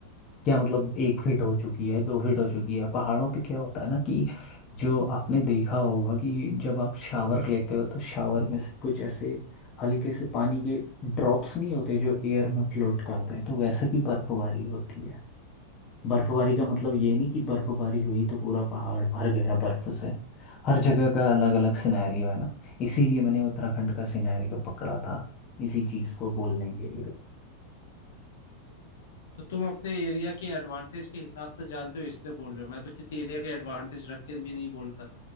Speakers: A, on the left (about 30°); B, on the left (about 60°).
A: क्या मतलब एक फीट हो चुकी है दो फीट हो चुकी है पहाड़ों पे क्या होता है ना कि जो आपने देखा होगा कि जब आप शावर लेते हो तो शावर में से कुछ ऐसे हल्के से पानी के ड्रॉप्स नहीं होते जो एयर में फ्लोट करते हैं तो वैसे भी बर्फबारी होती है बर्फबारी का मतलब ये नहीं कि बर्फबारी हुई तो पूरा पहाड़ भर गया बर्फ से हर जगह का अलग अलग सिनेरियो है ना इसीलिए मैंने उत्तराखंड का सिनेरियो पकड़ा था इसी चीज को बोलने के लिए
B: तो तुम अपने एरिया के एडवांटेज के हिसाब से जानते हो इसलिए बोल रहे हो मैं तो किसी एरिया के एडवांटेज रख के भी नहीं बोलता